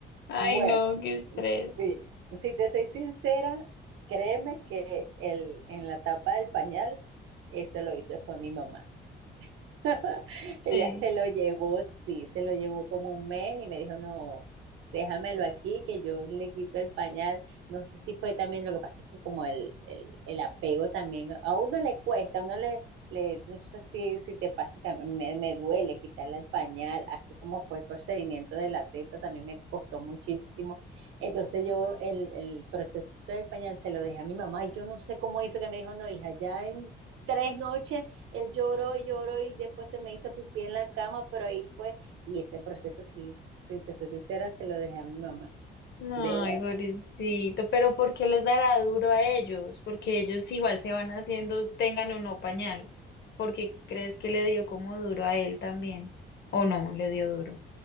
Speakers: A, on the left; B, on the right.
A: Ay,
B: bueno,
A: no, qué estrés.
B: sí. Si te soy sincera, créeme que el, en la tapa del pañal, eso lo hizo fue mi mamá. <laughs> Ella
A: Sí.
B: se lo llevó, sí, se lo llevó como un mes y me dijo, no, déjamelo aquí, que yo le quito el pañal. No sé si fue también, lo que pasa es que como el, el, el apego también, a uno le cuesta, a uno le, le no sé si, si te pasa, que a mí me, me duele quitarle el pañal, así como fue el procedimiento de la teta, también me costó muchísimo. Entonces yo el, el proceso del pañal se lo dejé a mi mamá y yo no sé cómo hizo que me dijo, no, hija, ya en tres noches él lloró y lloró y después se me hizo pipí en la cama, pero ahí fue. Y ese proceso, sí, si te soy sincera, se lo dejé a mi mamá,
A: Ay,
B: de verdad.
A: pobrecito, pero ¿por qué les dará duro a ellos? Porque ellos igual se van haciendo, tengan o no pañal. Porque crees que le dio como duro a él también? ¿O no, le dio duro?